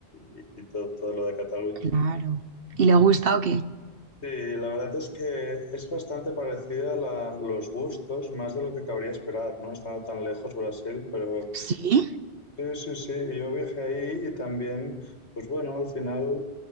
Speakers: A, on the left; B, on the right.
A: y- y todo, todo lo de Cataluña.
B: claro. ¿Y le ha gustado qué?
A: Sí, la verdad es que es bastante parecida a la- los gustos, más de lo que cabría esperar, ¿no? Estando tan lejos Brasil, pero
B: Sí,
A: sí, sí, sí, yo viajé ahí y también, pues bueno, al final,